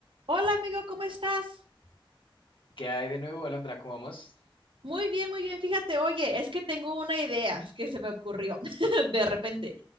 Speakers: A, on the right (about 75°); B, on the left (about 70°).
A: Hola amigo, ¿cómo estás?
B: ¿Qué hay de nuevo, Alondra? ¿Cómo vamos?
A: Muy bien, muy bien. Fíjate, oye, es que tengo una idea que se me ocurrió <laughs> de repente.